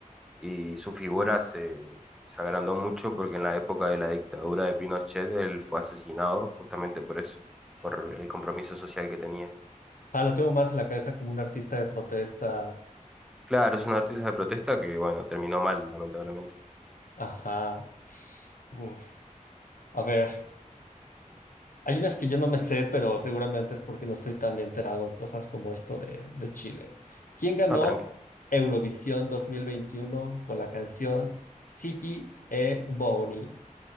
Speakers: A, in the centre; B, on the left.
A: y su figura se, se agrandó mucho porque en la época de la dictadura de Pinochet él fue asesinado justamente por eso, por el compromiso social que tenía.
B: Ah, lo tengo más en la cabeza como un artista de protesta
A: Claro, es un artista de protesta que, bueno, terminó mal, lamentablemente.
B: Ajá. Uf. A ver, hay unas que yo no me sé, pero seguramente es porque no estoy tan enterado en cosas como esto de, de Chile. ¿Quién ganó
A: No, tranqui.
B: Eurovisión 2021 con la canción City e Boni?